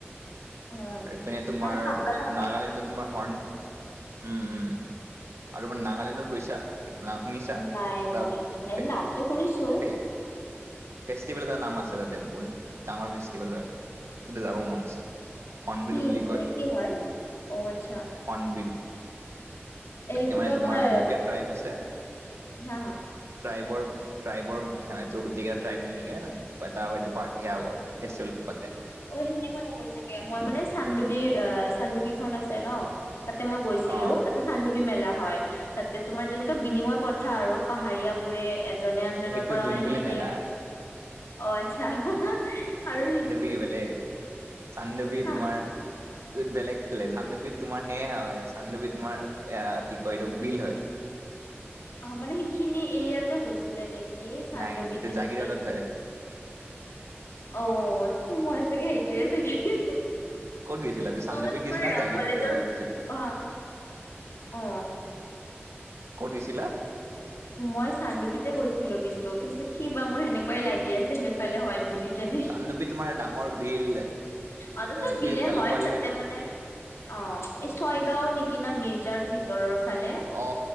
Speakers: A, on the left; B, on the right.
A: উম
B: এইপিনে তোমাৰ
A: মানে ঠাণ্ডা থাকে
B: নাগালেণ্ডৰ তোমাৰ হৰ্ণ- উম - উম। আৰু মানে নাগালেণ্ডত গৈছা? না শুনিছা?
A: নাই
B: তা
A: মই
B: তে
A: নামটো শুনিছো
B: <unintelligible> ফেষ্টিভেল এটা নাম আছে তাতে, বহুত ডাঙৰ ফেষ্টিভেল হয়। তাতে যাব মন আছে। হৰ্নবিল
A: কি
B: বুলি কয়।
A: কি হয় অ আচ্ছা
B: হৰ্নবিল। তাতে
A: এই কিবা
B: মানে তোমাৰ
A: কয়
B: বহুতকে ট্ৰাইব আছে।
A: হা হা
B: ট্ৰাইবৰ- ট্ৰাইবৰ সেয়াটো গোটেইকেটা ট্ৰাইব মিলিকেনে এটা এইটো পাৰ্টি সেয়া আক' ফেষ্টিভেল পাতে
A: অ' এখিনিয়ে <unintelligible> চাগে, মই মানে চানডুবি- অ' চানডুবিখন আছে ন' তাতে মই গৈছিলোঁ।
B: অ
A: তাতে চান্ যি মেলা হয়, তাতে তোমাৰ যেনেকুৱা বিনিময় প্ৰথা আৰু, পাহাৰীয়াবোৰে এজনে আনজনৰ
B: সেইটো
A: পৰা
B: জোনবিল
A: মানে সেনেকে-
B: মেলা
A: অ' আচ্ছা, আৰু
B: বি বেলেগ। চানডুবি
A: চা
B: তোমাৰ বেলেগ ফেলে চানডোবি তোমাৰ সেয়া হয় চানডোবি তোমাৰ এ কি কয় এইটো বিল হয়। উ
A: অ মানে সেইখিনি এৰিয়াতে হৈছিলে নেকি চানডোবিতে
B: নাই নাই সেইটো জাগিৰদত
A: নেকি
B: হয়।
A: অঔ তোমই। চাগে সেইটোৱে যে মই
B: ক'ত গৈছিলা তুমি চান্দৱীত
A: মানে তোমাৰ
B: গৈছিলা নে
A: অ
B: জাগিৰদত
A: কলেজৰ
B: গৈছিলা
A: পঢ়া অ।
B: কত দিছিলা
A: মই চানডোবিতে গৈছিলো কিন্তু কিন্তু কি বা মোৰ সেনেকুৱাই লাগি আছে সেইফালে হয় বুলি। কেনে
B: চান্দৱী তোমাৰ ডাঙৰ বিল
A: অতত
B: তুমি
A: বিলে
B: জালুকবাৰী
A: হয় তাতে
B: হৈ যা
A: মানে অ এই ছয়গাঁও নেকি না মিৰ্জাৰ ভিতৰৰ ফালে
B: অ